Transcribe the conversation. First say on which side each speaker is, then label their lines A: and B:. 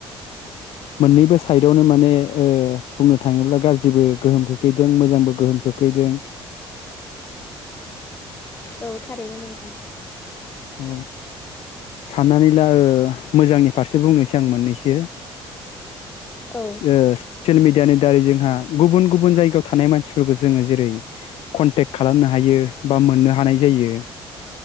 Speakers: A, on the left; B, on the left.
A: मोननैबो साइडआवनो माने ओह बुंनो थाङोब्ला गाज्रिबो गोहोम खोख्लैदों मोजांबो गोहोम खो खोख्लैदों <inaudible>
B: औ थारैनो नोंथां।
A: औ साननानै ला ओ मोजांनि फारसे बुंनोसै आं मोननैसो।
B: औ
A: ओ ससियेल मिडिया यानो दारै जोंहा गुबुन गुबुन जायगायाव थानाय मानसिफोरखौ जोङो जेरै कन्टेक्ट खालामनो हायो। बा मोननो हानाय जायो